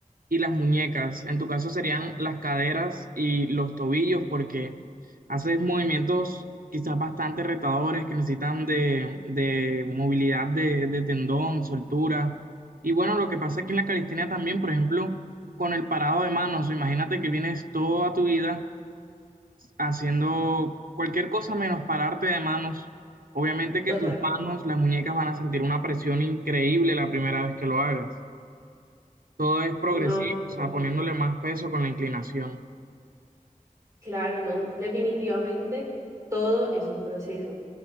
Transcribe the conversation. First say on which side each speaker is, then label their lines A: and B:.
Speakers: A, on the right (about 80°); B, on the right (about 20°).
A: y las muñecas. En tu caso serían las caderas y los tobillos, porque haces movimientos quizás bastante retadores que necesitan de, de movilidad de, de tendón, soltura. Y bueno, lo que pasa aquí en la calistenia también, por ejemplo con el parado de manos. Imagínate que vienes toda tu vida haciendo cualquier cosa menos pararte de manos. Obviamente que
B: total.
A: tus manos, las muñecas van a sentir una presión increíble la primera vez que lo hagas. Todo es progresivo,
B: No.
A: o sea,
B: no.
A: poniéndole más peso con la inclinación.
B: Claro, no, definitivamente todo es un proceso,